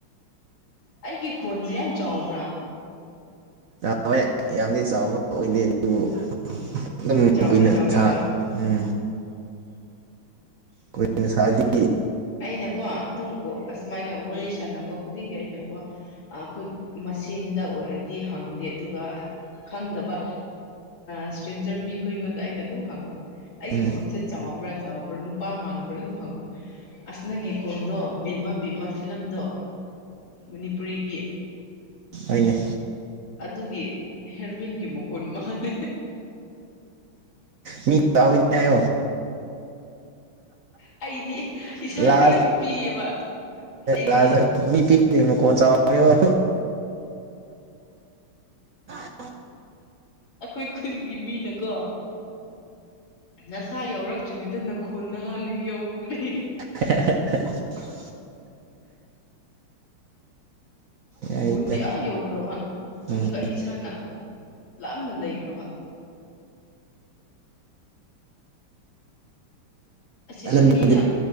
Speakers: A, on the left (about 85°); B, on the right (about 70°).
A: ꯑꯩꯒꯤ ꯈꯣꯟꯁꯤ ꯌꯥꯝ ꯆꯥꯎꯧꯕ꯭ꯔꯥ
B: ꯥꯕ ꯌꯥꯝꯗꯤ ꯆꯥꯎꯥꯕ ꯑꯣꯏꯗꯦ ꯑꯗꯨꯕꯨ <unintelligible> ꯑꯗꯨꯝ
A: ꯆꯥꯎꯗꯤ
B: ꯀꯨꯏꯅ
A: ꯆꯥꯎꯋꯦꯀꯣ
B: ꯁꯥ ꯎꯝ ꯀꯣꯏꯁꯥ <unintelligible>
A: ꯑꯩꯅꯀꯣ ꯑꯗꯨꯝ ꯑꯁꯨꯃꯥꯏꯅ ꯋꯥꯔꯤ ꯁꯥꯟꯅꯕ ꯈꯨꯗꯤꯡꯒꯤ ꯑꯩꯅꯀꯣ ꯑꯩꯈꯣꯏ ꯃꯁꯦꯟꯗ ꯑꯣꯏꯔꯗꯤ ꯍꯪꯗꯦ ꯑꯗꯨꯒ ꯈꯪꯗꯕ ꯏꯁꯇ꯭ꯔꯦꯟꯖꯔ ꯃꯤꯈꯣꯏ ꯑꯩꯉꯣꯟꯗ ꯑꯩꯅ ꯑꯗꯨꯝ ꯍꯪꯕ ꯑꯩꯒꯤ
B: ꯎꯝ
A: ꯈꯨꯟꯁꯦ ꯆꯥꯎꯕ꯭ꯔꯥ ꯆꯥꯎꯕ꯭ꯔꯥ ꯅꯨꯄꯥ ꯃꯥꯟꯕ꯭ꯔꯥ ꯑꯗꯨꯝ ꯍꯪꯕ ꯑꯁꯅꯒꯤ ꯈꯣꯟꯗꯣ ꯕꯤꯃ ꯕꯤꯃ ꯐꯤꯂꯝꯗꯣ ꯃꯅꯤꯄꯨꯔꯤꯒꯤ
B: ꯍꫭꯏꯅꯦ
A: ꯑꯗꯨꯒꯤ ꯍꯦꯔꯋꯟꯒꯤ ꯃꯈꯨꯟ ꯃꯥꯂꯦ
B: ꯃꯤ ꯅꯌꯣ
A: ꯑꯩꯗꯤ ꯏꯁꯥꯗꯤ
B: ꯂꯖ
A: ꯌꯥꯝ ꯄꯤꯌꯦꯕ ꯑꯩꯗꯤ
B: ꯂꯥꯖ ꯃꯤꯠꯇꯤ ꯈꯣꯆꯥꯣ <unintelligible> <unintelligible>
A: ꯑꯩꯈꯣꯏ ꯈꯨꯟꯒꯤ ꯃꯤꯅꯀꯣ ꯅꯁꯥ ꯌꯧꯔꯛꯇ꯭ꯔꯤꯉꯩꯗ ꯅꯨꯞ ꯈꯣꯟꯅ ꯍꯥꯟꯅ ꯌꯧꯈ꯭ꯔꯦ
B: <unintelligible> ꯌꯥꯏꯗ
A: ꯈꯣꯟꯗꯤꯌꯥ ꯌꯧꯈ꯭ꯔꯕ
B: ꯎꯝ
A: ꯑꯗꯨꯒ ꯏꯁꯥꯅ ꯂꯥꯞꯅ ꯂꯩꯈ꯭ꯔꯕ ꯑꯁꯤꯁꯨ
B: ꯅꯪꯗꯤ
A: ꯃꯤꯅ